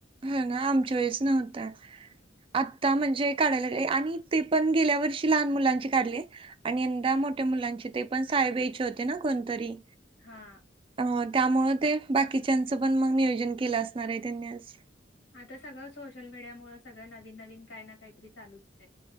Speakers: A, on the right; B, on the left.
A: हो ना, आमच्या वेळेस नव्हतं. आत्ता म्हणजे काढाय लागले, आणि ते पण गेल्या वर्षी लहान मुलांचे काढले आणि यंदा मोठ्या मुलांचे, ते पण साहेब यायचे होते ना कोणतरी?
B: हा.
A: अ त्यामुळं ते, बाकीच्यांचं पण मग नियोजन केलं असणार आहे त्यांनी आज
B: आता सगळं सोशल मीडिया मुळं सगळं नवीन नवीन काय ना काहीतरी चालूच होतय.